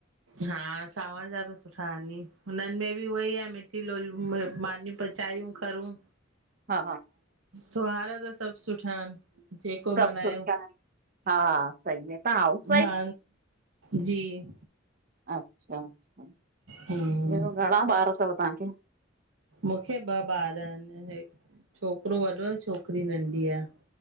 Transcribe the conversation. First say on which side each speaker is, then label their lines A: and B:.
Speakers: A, on the right; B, on the right.
A: हा, सावण जा त सुठा आहिनि ई, हुननि में बि उहई आहे मि लोयूं मानीूं पचायूं करूं।
B: हा
A: तुहार त सभु सुठा आहिनि। जेको
B: सभु
A: मल्हायो।
B: सुठा आहिनि। हा सही आहे तव्हां हाउस
A: हा जी।
B: अच्छा-अच्छा,
A: हम्म
B: ॿियो घणा ॿार अथव तव्हांखे?
A: मूंखे ॿ ॿार आहिनि। छोकिरो वॾो आ, छोकिरी नंढी आहे।